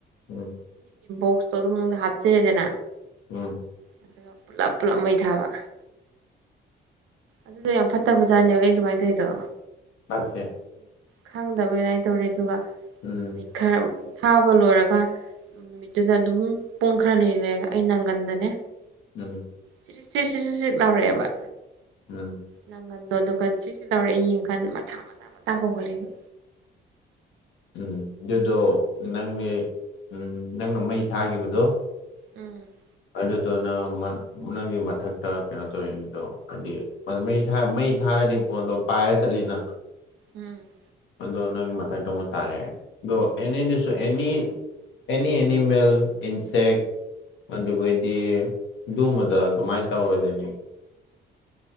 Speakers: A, on the left (about 75°); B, on the right (about 80°).
A: ꯎꯝ
B: ꯣꯛꯁꯇꯗ ꯃꯗ ꯍꯥ ꯆ ꯂꯩꯗꯅ
A: ꯎꯝ
B: ꯑꯗꯨꯒ ꯄꯨꯂꯞ ꯄꯨꯜꯂꯞ ꯃꯩ ꯊꯥꯕ ꯑꯗꯨꯗ ꯌꯥꯝ ꯐꯠꯇꯕ ꯖꯥꯠꯅꯦꯕ ꯑꯩ ꯑꯗꯨꯃꯥꯏꯅ ꯇꯧꯔꯤꯗꯣ
A: ꯐꯀꯦ
B: ꯈꯪꯗꯕ ꯑꯗꯨꯃꯥꯏꯅ ꯇꯧꯔꯦ ꯑꯗꯨꯒ
A: ꯎꯝ
B: ꯅꯨꯠ ꯈꯔ ꯊꯥꯕ ꯂꯣꯏꯔꯒ ꯅꯨꯃꯤꯠꯇꯨꯗ ꯑꯗꯨꯝ ꯄꯨꯡ ꯈꯔ ꯂꯩꯔꯒ ꯑꯩ ꯅꯪꯒꯟꯗꯅꯦ
A: ꯎꯝ
B: ꯁꯤꯔꯤ ꯊ꯭ꯔꯤ ꯁꯤ ꯁꯤꯛ ꯂꯧꯔꯛꯑꯦꯕ
A: ꯎꯝ
B: ꯅꯪ ꯑꯗꯣ ꯑꯗꯨꯒ ꯁꯤꯁꯨ ꯇꯧꯔꯛꯦ ꯌꯦꯡ ꯈꯟ ꯃꯊꯥ ꯃꯇ ꯃꯇꯇꯥ ꯐꯣꯡ ꯈꯣꯠꯂꯛꯕ
A: ꯎꯝ ꯑꯗꯨꯗꯣ ꯅꯪꯅꯦ ꯎꯝ ꯅꯪꯅ ꯃꯩ ꯊꯥꯈꯤꯕꯗꯣ
B: ꯎꯝ
A: ꯑꯗꯨꯗꯣ ꯅꯪ ꯅꯪꯒꯤ ꯃꯊꯛꯇ ꯀꯩꯅꯣ ꯇꯧꯋꯅꯤꯗꯣ ꯍꯥꯏꯗꯤꯩ ꯃꯩ ꯊꯥ ꯄꯣꯂꯣ ꯄꯥꯏ ꯆꯠꯂꯤꯅ
B: ꯎꯝ
A: ꯑꯗꯣ ꯅꯪꯒꯤ ꯃꯊꯛꯇ ꯑꯃꯨꯛ ꯇꯥꯔꯛꯑꯦ ꯑꯗꯣ ꯑꯦꯅꯤꯁꯨ ꯑꯦꯅꯤ ꯑꯦꯅꯤ ꯑꯦꯅꯤꯃꯦꯜ ꯏꯟꯁꯦꯦꯛ ꯑꯗꯨꯗꯤ ꯃꯗ ꯑꯗꯨꯃꯥꯏꯅ ꯇꯧꯔꯣꯏꯗꯣꯏꯅꯤ